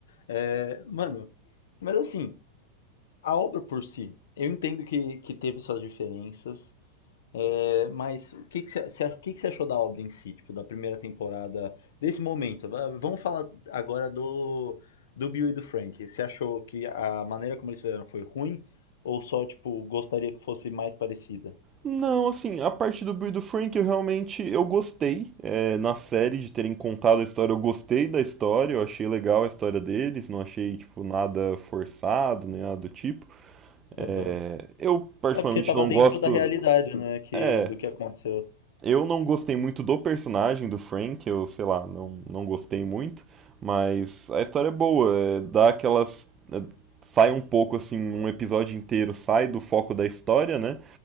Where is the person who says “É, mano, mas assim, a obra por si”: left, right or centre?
Left